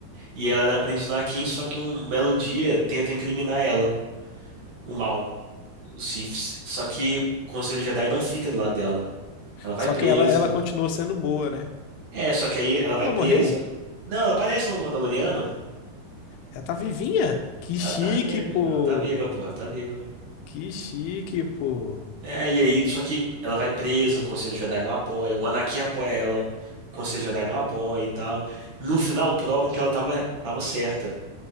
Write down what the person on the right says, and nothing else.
E ela era aprendiz do Anakin, só que um um belo dia tentam incriminar ela, o mal, os Siths. Só que o Conselho Jedi não fica do lado dela. Ela vai
presa.
É, só que aí ela vai
presa.
Não, ela aparece no Mandaloriano.
Ela
tá viva,
ela tá viva, pô, ela tá viva.
É, e aí, só que ela vai presa, o Conselho Jedi não apoia, o Anakin apoia ela, o Conselho Jedi não apoia e tal. No final, provam que ela tava, tava certa.